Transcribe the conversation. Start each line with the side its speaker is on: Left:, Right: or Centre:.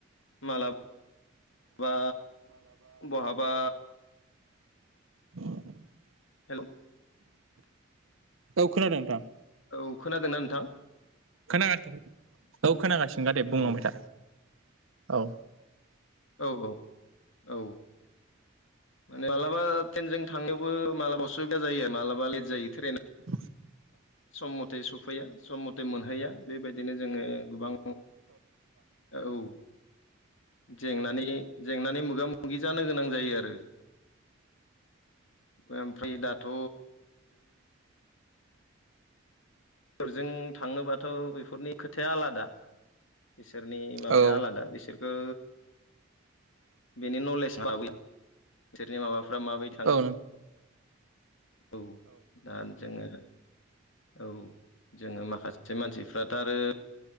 Left: माला बा बहाबा
Right: <inaudible>
Left: हेल'
Right: औ खोनादों नोंथां।
Left: औ खोनादोंना नोंथां?
Right: खोनागासिनो औ खोनागासिनोखा दे बुंलांबाय
Left: औ
Right: था औ।
Left: औ औ औ। माने मालाबा ट्रेनजों थांनायावबो मालाबा असुबिदा जायो मालाबा लेट जायो ट्रेना।
Right: औ
Left: सम मथे सफैया सम मथे मोनहैया बेबायदिनो जोङो गोबां औ जेंनानि जेंनानि मोगा मोगि जानो गोनां जायो आरो। ओमफ्राय दाथ' फोरजों थांनोबाथ' बेफोरनि खोथाया आलादा। बिसोरनि माबाया
Right: औ
Left: आलादा बिसोरखो बेनि नलेज <inaudible> बिसोरनि माबाफ्रा माबायदि थाङो
Right: औ
Left: औ दा जोङो औ जोङो माखासे मानसिफ्राथ' आरो